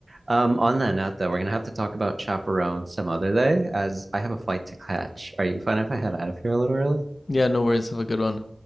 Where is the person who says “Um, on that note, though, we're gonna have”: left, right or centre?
Right